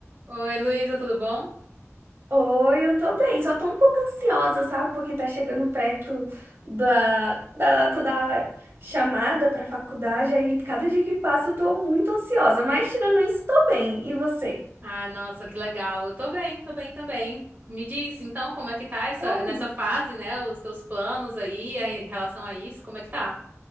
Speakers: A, on the right; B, on the right.
A: Oi, Luísa, tudo bom?
B: Oi, eu tô bem, só tô um pouco ansiosa, sabe? Porque tá chegando perto da, da data da chamada pra faculdade, aí cada dia que passa eu tô muito ansiosa, mas tirando isso, tô bem. E você?
A: Ah, nossa, que legal. Eu tô bem, tô bem também. Me diz, então, como é que tá essa,
B: Bom,
A: nessa fase, né? Os teus planos aí eh, em relação a isso, como é que tá?